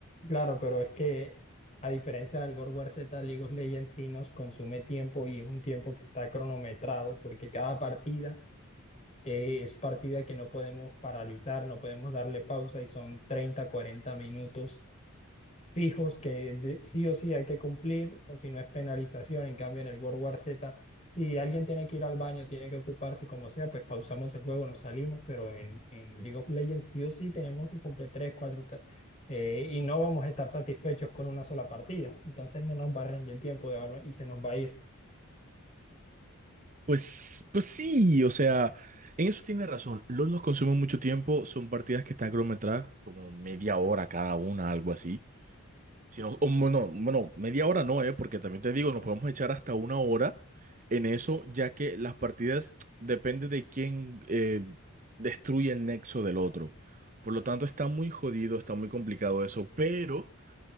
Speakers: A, on the left; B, on the right.
A: claro, pero es que a diferencia del God of War Z, League of Legends sí nos consume tiempo y es un tiempo que está cronometrado, porque cada partida... eh, es partida que no podemos paralizar, no podemos darle pausa y son 30 40 minutos fijos que de- sí o sí hay que cumplir, o si no es penalización. En cambio, en el World War Z, si alguien tiene que ir al baño, tiene que ocuparse como sea, pues pausamos el juego, nos salimos, pero en, en League of Legends sí o sí tenemos que cumplir tres, cuatro, ta- eh, y no vamos a estar satisfechos con una sola partida. Entonces no nos va a rendir el tiempo de hablar y se nos va a ir.
B: Pues, pues sí, o sea, en eso tiene razón. LOL nos consume mucho tiempo, son partidas que están cronometradas como media hora cada una, algo así. Si no, o bueno, bueno, media hora no, eh, porque también te digo, nos podemos echar hasta una hora en eso, ya que las partidas depende de quién eh, destruye el nexo del otro. Por lo tanto, está muy jodido, está muy complicado eso, pero,